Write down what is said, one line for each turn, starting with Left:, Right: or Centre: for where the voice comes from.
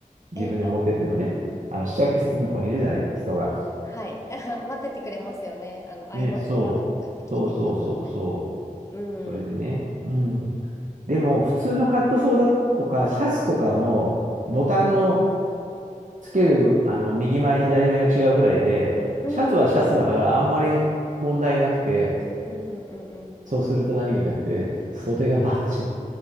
Right: う。
Left: え、
Right: 自分で持ってってもね、あの試着室のとこにいるじゃない人が。
Left: はい。<laughs> 待っててくれますよね。あの、会いますかとかって聞いてくださったり。
Right: ね、そう。そうそうそうそう。
Left: うん。
Right: それでね。
Left: う
Right: うん。でも、普通のカットソーだとか、シャツとかも、
Left: ん。
Right: ボタンのつける、あの、右前、左前が違うぐらいで、
Left: うんうん
Right: シャツはシャツだから、あんまり問題なくて、
Left: うんうんうん。
Right: そうすると何がいいかって、袖がバッチリ。